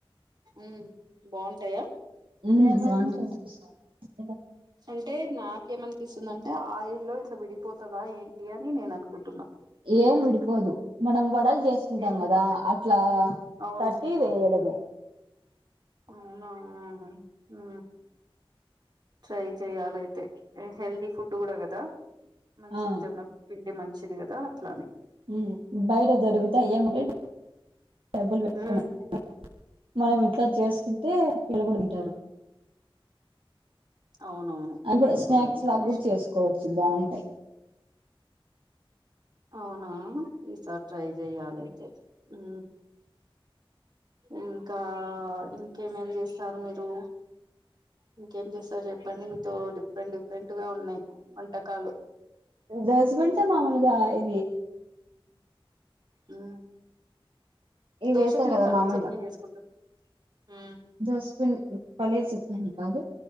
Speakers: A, on the right (about 50°); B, on the right (about 65°).
A: ఊ బావుంటాయా
B: ఊ <unintelligible>
A: అంటే నాకేమనిపిస్తుందంటే ఆయిల్ లో ఇట్లా విడిపో తదా ఏంటి అని నేను అనుకుంటున్నా
B: ఏం విడిపోదు మనం వడల్ చేసుకుంటాం
A: ఏమిటి
B: గదా అట్లా
A: అవును
B: తట్టి వేయడమే
A: అవునా ఊ ట్రై చెయ్యాలి అయితే ఏ హెల్దీ ఫుడ్ కూడా కదా మంచిది
B: ఆ
A: జొన్న పిండి మంచిది గదా అట్లానే
B: ఊ బయట దొరుకుతాయి ఏమంటే డబ్బులు పెట్టు
A: మ్మ్
B: <unintelligible> మనం ఇంట్లో చేసుకుంటే <inaudible> తింటారు
A: అవునవును
B: అంటే
A: పిల్లలు
B: స్నాక్స్
A: కూడా తింటారు
B: లాగా కూడా
A: ఇష్టం
B: చేసుకోవచ్చు బావుంటాయి
A: అవునా ఈసారి ట్రై చెయ్యాలి అయితే ఊ ఇంకా ఇంకేమేం చేస్తారు మీరు ఇంకేం చేస్తారు చెప్పండి మీతో డిఫరెంట్ డిఫరెంట్ గా ఉన్నాయి వంటకాలు
B: దోసె పిండి తో మామూలుగా ఇవి
A: ఊ
B: ఇవి
A: దోశకు
B: వేస్తారు
A: మీకు
B: కదా
A: పల్లీ
B: మామూలుగా
A: చట్నీ చేసుకుంటా ఊ
B: దోసపిండి పల్లీ చట్ని అని కాదు